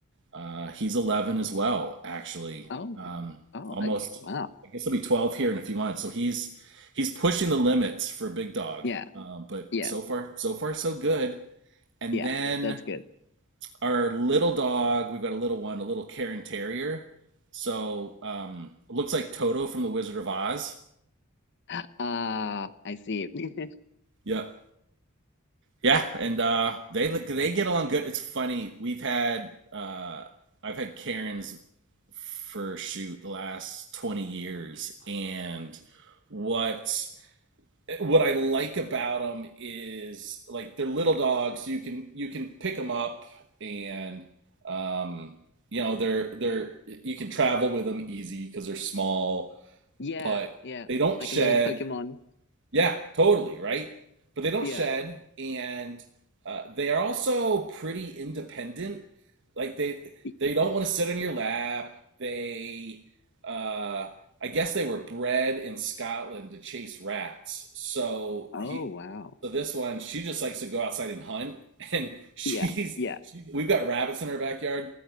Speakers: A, on the right; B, on the left.
A: uh, he's 11 as well, actually.
B: oh.
A: Um,
B: Oh,
A: almost,
B: okay. Wow.
A: I guess he'll be 12 here in a few months. So he's he's pushing the limits for a big dog.
B: Yeah.
A: Um, but
B: Yeah.
A: so far, so far, so good. And
B: Yeah.
A: then
B: That's good.
A: our little dog, we've got a little one, a little Cairn Terrier. So um, it looks like Toto from The Wizard of Oz.
B: <gasps> Ah, I see. <laughs>
A: Yep, Yeah, and uh, they look they get along good. It's funny. We've had uh, I've had Karens for shoot the last 20 years and what what I like about them is like they're little dogs. You can you can pick them up and um, you know they're they're you can travel with them easy because they're small,
B: Yeah.
A: but
B: Yeah.
A: they don't
B: Like
A: shed.
B: a little Pokemon.
A: Yeah, totally, right? But they don't
B: Yeah.
A: shed, and uh, they are also pretty independent. Like they
B: Y-
A: they don't want to sit on your lap. They uh, I guess they were bred in Scotland to chase rats. So
B: Oh
A: he
B: wow.
A: so this one, she just likes to go outside and hunt, and <laughs> she's
B: Yeah. Yeah.
A: she,
B: <laughs>
A: we've got rabbits in our backyard.